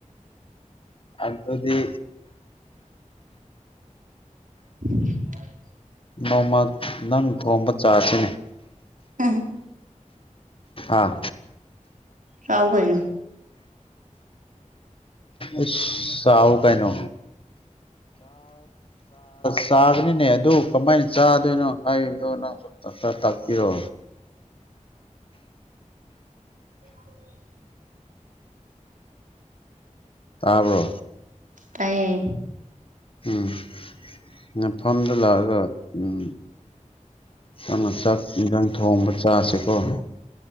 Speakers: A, on the left (about 45°); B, on the right (about 85°).
A: ꯑꯗꯨꯗꯤ
B: <unintelligible>
A: ꯅꯣꯃ ꯅꯪ ꯊꯣꯡꯕ ꯆꯥꯁꯤ
B: ꯎꯝ
A: ꯑꯥ
B: ꯂꯎ ꯀꯣꯏꯅ
A: ꯑ ꯁꯥꯎ ꯀꯥꯏ ꯅ ꯆꯥꯒꯅꯤꯅꯦ ꯑꯗꯨ ꯀꯃꯥꯏꯅ ꯆꯥꯗꯣꯏꯅꯣ ꯍꯥꯏꯕꯗꯣꯅꯣ ꯇꯥꯛꯄꯤꯔꯣ
B: <unintelligible>
A: ꯇꯥꯕ꯭ꯔꯣ
B: ꯇꯌꯦ
A: ꯎꯝ ꯃꯐꯝꯗ ꯂꯥꯛꯑꯒ ꯎꯝ ꯅꯪꯅ ꯆꯥꯛ ꯏꯟꯖꯥꯡ ꯊꯣꯡꯕ ꯆꯥꯁꯦ ꯍ ꯍ ꯎ